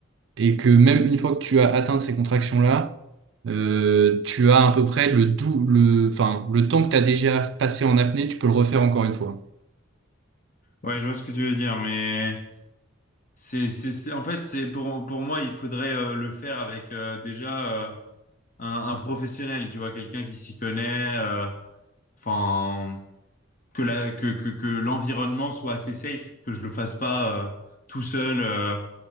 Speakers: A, on the right; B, on the left.
A: et que même une fois que tu as atteint ces contractions-là, euh, tu as à peu près le dou le enfin le temps que tu as déjà passé en apnée, tu peux le refaire encore une fois.
B: ouais, je vois ce que tu veux dire, mais c'est, c'est, c'est- en fait, c'est pour, pour moi, il faudrait euh, le faire avec euh, déjà euh, un, un professionnel, tu vois, quelqu'un qui s'y connaît. euh, Enfin, que la que que, que l'environnement soit assez safe, que je le fasse pas euh, tout seul euh,